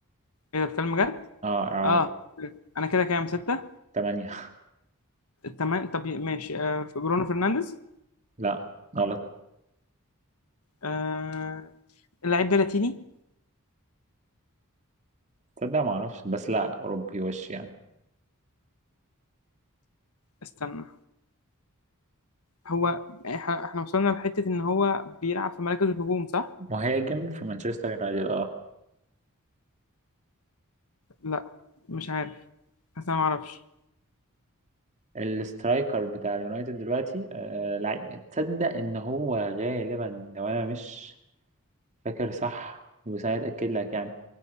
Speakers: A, on the left; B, on the right.
A: ايه ده بتكلم جد
B: اه اعارة
A: اه انا كده كام ستة
B: تمانية
A: تمام طب ماشي آه، في برونو فرنانديز
B: <laughs> لا غلط
A: آه، اللعيب ده لاتيني
B: تصدق ما اعرفش بس لا اوروبي وش يعني
A: استنى هو إح- احنا وصلنا لحتة ان هو بيلعب في مراكز الهجوم صح
B: مهاجم في مانشستر يونايتد اه
A: لا مش عارف بس انا ما اعرفش
B: السترايكر بتاع اليونايتد دلوقتي آه لعيب تصدق ان هو غالبا لو انا مش فاكر صح بس انا اتاكد لك يعني